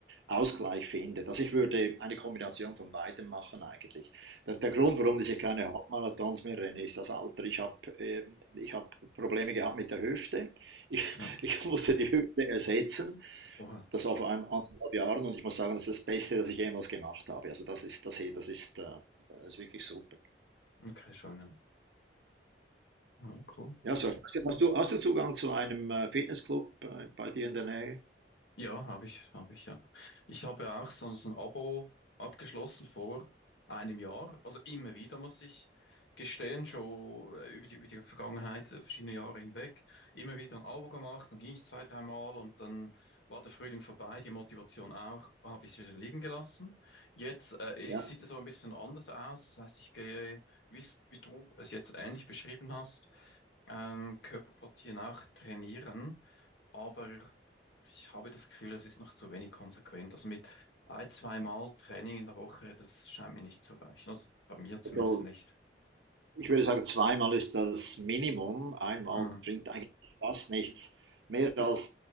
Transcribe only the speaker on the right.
Ausgleich findet. Also ich würde eine Kombination von beidem machen eigentlich. Der, der
Grund, warum ich keine Halbmarathons mehr renne, ist das Alter. Ich habe äh, ich hab Probleme gehabt mit der Hüfte, ich,
<laughs> ich musste die Hüfte ersetzen
das war vor einem anderthalb Jahren und ich muss sagen, das ist das Beste, das ich jemals gemacht habe. Also das ist, das, hey, das ist, äh, das ist wirklich super.
Ja, so. Hast du, hast du Zugang zu einem äh, Fitnessclub äh, bei dir in der Nähe?
Ja,
also
Ich würde sagen, zweimal ist das Minimum. Einmal
bringt eigentlich fast nichts. Mehr als